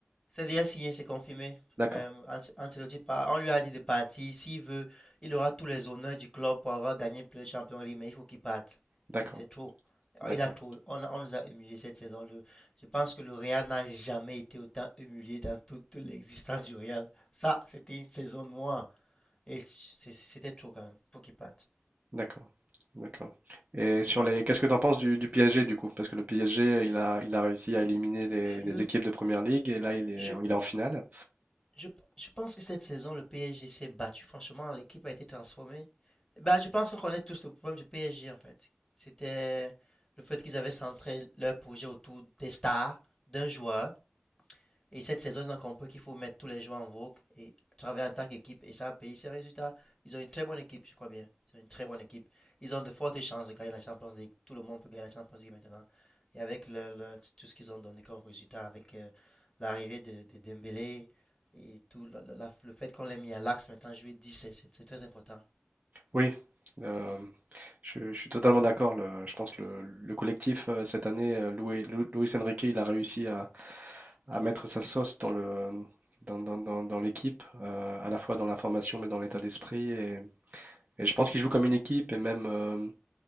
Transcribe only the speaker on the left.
C'est déjà signé, c'est confirmé.
Euh, Ancelotti part, on lui a dit de partir. S'il veut, il aura tous les honneurs du club pour avoir gagné plus de Champions League, mais il faut qu'il parte.
C'était trop.
Il a trop. On, a- on nous a humiliés cette saison. Le- je pense que le Real n'a jamais été autant humilié dans toute l'existence du Real. Ça, c'était une saison noire. Et c'était trop quand même. Faut qu'il parte.
Le,
je,
Je, je pense que cette saison, le PSG s'est battu. Franchement, l'équipe a été transformée. Bah, je pense qu'on connaît tous le problème du PSG, en fait. C'était le fait qu'ils avaient centré leur projet autour des stars, d'un joueur, et cette saison, ils ont compris qu'il faut mettre tous les joueurs en vogue et travailler en tant qu'équipe. Et ça a payé ses résultats. Ils ont une très bonne équipe, je crois bien. Ils ont une très bonne équipe. Ils ont de fortes chances de gagner la Champions League. Tout le monde peut gagner la Champions League maintenant. Et avec le, le- tout ce qu'ils ont donné comme résultat, avec euh, l'arrivée de, de Dembélé et tout, la- la- le fait qu'on l'ait mis à l'axe maintenant, jouer 10, c'est c'est- très important.